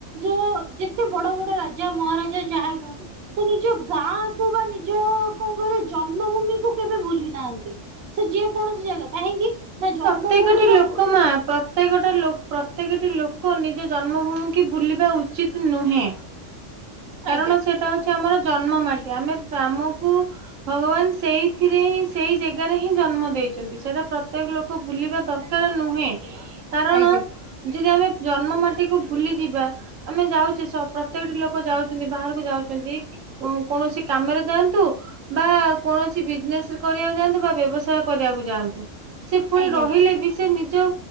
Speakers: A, on the right (about 55°); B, on the right (about 80°).
A: ଯୋ ଏତେ ବଡ ବଡ ରାଜା ମହାରାଜା ଯାହା ବି ହୁଅନ୍ତୁ ସେ ନିଜ ଗାଁ କୁ ବା ନିଜ କରେ ଜନ୍ମଭୂମି କୁ କେବେ ଭୁଲି ନାହାନ୍ତି । ସେ ଯେ କୌଣସି ଜାଗା କାହିଁକି ନା ଜନ୍ମଭୂମି
B: ପ୍ରତ୍ୟେକଟି
A: ତାଙ୍କୁ
B: ଲୋକ ମା ପ୍ରତ୍ୟେକଟା ଲୋକ ପ୍ରତ୍ୟେକଟି ଲୋକ ନିଜ ଜନ୍ମଭୂମି କି ବୁଲିବା ଉଚିତ ନୁହେଁ । କାରଣ
A: ଆଜ୍ଞା
B: ସେଇଟା ହଉଛି ଆମର ଜନ୍ମ ମାଟି। ଆମେ ଆମକୁ ଭଗବାନ ସେଇଥିରେ ହିଁ ସେଇ ଜାଗାରେ ହିଁ ଜନ୍ମ ଦେଇଛନ୍ତି ସେଇଟା ପ୍ରତ୍ୟେକ ଲୋକ ବୁଲିବା ଦରକାର ନୁହେଁ । କାରଣ
A: ଆଜ୍ଞା
B: ଯଦି ଆମେ ଜନ୍ମ ମାଟିକୁୁ ଭୁଲି ଯିବା ଆମେ ଯାଉଛେ ପ୍ରତ୍ୟେକଟି ଲୋକ ଯାଉଛେ ବାହାରକୁ ଯାଉଛନ୍ତି କୌଣସି କାମରେ ଯାଆନ୍ତୁ ବା କୌଣସି ବିଜନେସରେ କରିବାକୁ ଯାଆନ୍ତୁ ବା ବ୍ୟବସାୟ କରିବାକୁ ଯାଆନ୍ତୁ । ସେ ପୁଣି
A: ଆଜ୍ଞା
B: ରହିଲେ ବି ସେ ନିଜ